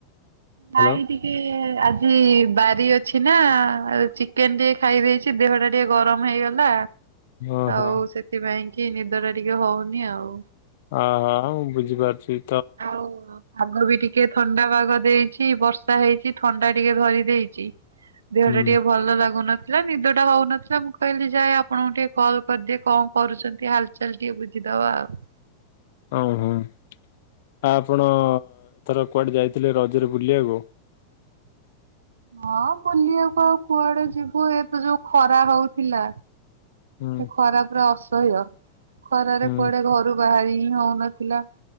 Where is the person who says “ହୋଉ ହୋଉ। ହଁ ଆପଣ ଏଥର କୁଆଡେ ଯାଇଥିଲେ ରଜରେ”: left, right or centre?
Left